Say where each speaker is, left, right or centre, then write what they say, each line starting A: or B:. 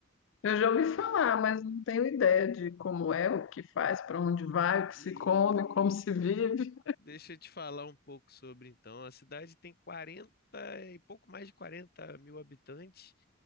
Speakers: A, on the left; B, on the left.
A: Eu já ouvi falar, mas não tenho ideia de como é, o que faz, para onde vai,
B: E
A: o que se come, como se vive.
B: Deixa eu te falar um pouco sobre, então. A cidade tem 40 e pouco mais de 40 mil habitantes.